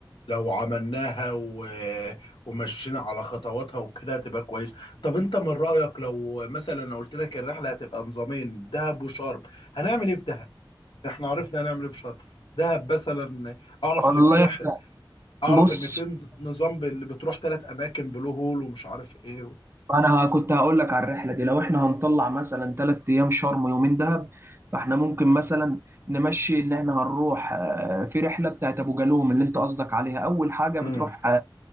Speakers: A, on the left (about 80°); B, on the right (about 30°).
A: لو عملناها و... ومشينا على خطواتها وكده هتبقى كويس طب أنت من رأيك لو مثلا أنا قلت لك الرحلة هتبقى نظامين دهب وشرم هنعمل إيه في دهب؟ إحنا عرفنا هنعمل إيه في شرم دهب مثلا أعرف
B: والله
A: اللي فيه رح...
B: احنا
A: اعرف
B: بص
A: ان في نز- نظام ب- اللي بتروح ثلاث اماكن بلو هول ومش عارف ايه و...
B: انا ه- كنت هقول لك على الرحله دي لو احنا هنطلع مثلا ثلاث ايام شرم ويومين دهب فاحنا ممكن مثلا نمشي ان احنا هنروح آه، في رحله بتاعت ابو جالوم اللي انت قصدك عليها اول حاجه
A: امم
B: بتروح آه،